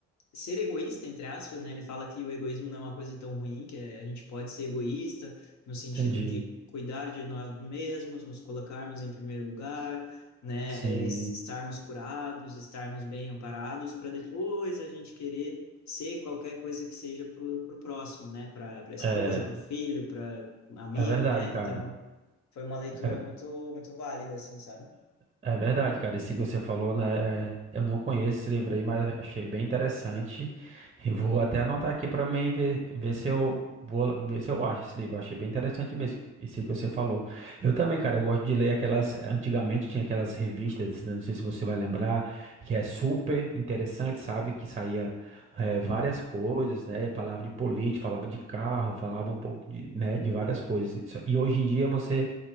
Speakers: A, on the left; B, on the right.
A: ser egoísta, entre aspas, né? Ele fala que o egoísmo não é uma coisa tão ruim, que a gente pode ser egoísta no sentido
B: Entendi.
A: de cuidar de nós mesmos, nos colocarmos em primeiro lugar, né?
B: Sim.
A: É, estarmos curados, estarmos bem amparados, para depois a gente querer ser qualquer coisa que seja para o próximo, né? Para a esposa,
B: É,
A: para o filho, para amigo,
B: é verdade,
A: né?
B: cara.
A: Então, foi uma leitura
B: É
A: muito, muito válida, assim, sabe?
B: É verdade, cara. Esse que você falou, né? é, Eu não conheço esse livro aí, mas achei bem interessante. E vou até anotar aqui para mim ver, ver
A: Uhum,
B: se eu vou ver se eu acho esse livro. Eu achei bem interessante mesmo. Esse que você falou. Eu também, cara, eu gosto de ler aquelas. Antigamente tinha aquelas revistas, né, não sei se você vai lembrar, que é super interessante, sabe? Que saía eh,
A: uhum,
B: várias coisas, né? Falava de política, falava de carro, falava um pouco de, né, de várias coisas. Isso- E hoje em dia você